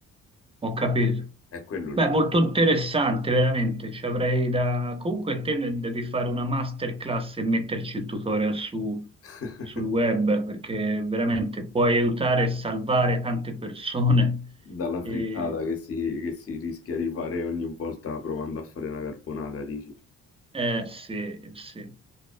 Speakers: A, on the right; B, on the left.
A: ho capito.
B: È quello il
A: Beh,
B: trucco.
A: molto interessante, veramente. Ci avrei da... Comunque te ne devi fare una masterclass e metterci il tutorial su-
B: <laughs>
A: sul web, perché veramente puoi aiutare e salvare tante persone.
B: Dalla
A: E...
B: frittata che si che si rischia di fare ogni volta provando a fare una carbonara, dici?
A: Eh sì, sì,